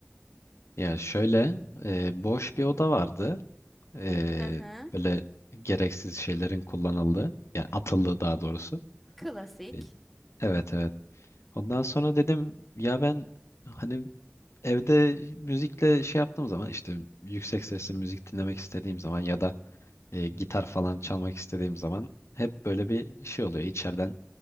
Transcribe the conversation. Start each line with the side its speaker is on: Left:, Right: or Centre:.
Left: Ya şöyle e, boş bir oda vardı. E,
Centre: Hı hı.
Left: böyle gereksiz şeylerin kullanıldığı, yani atıldığı daha doğrusu.
Centre: Klasik.
Left: E, Evet evet. Ondan sonra dedim ya ben hani Evde müzikle şey yaptığım zaman işte yüksek sesle müzik dinlemek istediğim zaman ya da e, gitar falan çalmak istediğim zaman hep böyle bir şey oluyor. İçeriden